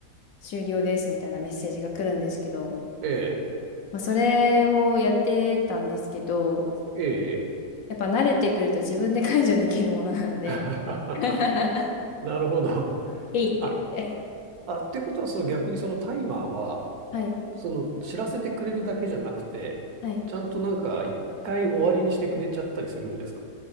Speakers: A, on the left; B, on the right.
A: 終了ですみたいなメッセージが来るんですけど、
B: ー、え
A: まあそれをやってたんですけど、
B: ー、え
A: やっぱ慣れてくると自分で解除できるものなんで、
B: ー。
A: <laughs>
B: <laughs> なるほど。
A: えいって言って。
B: あ、あ、っていうことは、その逆にそのタイマーは、
A: はい、
B: その知らせてくれるだけじゃなくて、
A: はい。
B: ちゃんとなんか一回終わりにしてくれちゃったりするんですか